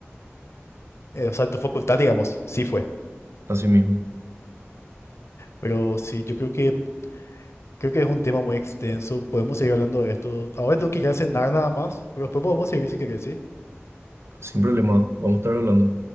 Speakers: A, on the left; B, on the right.
A: eh, o sea, en tu facultad, digamos, sí fue.
B: así mismo.
A: Pero sí, yo creo que creo que es un tema muy extenso. Podemos seguir hablando de esto. Ahora tengo que ir a cenar nada más, pero después podemos seguir si querés, ¿sí?
B: Sin problema, vamos a estar hablando.